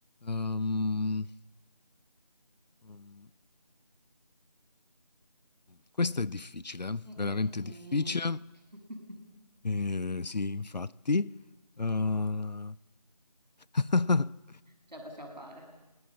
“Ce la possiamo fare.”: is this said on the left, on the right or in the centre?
Right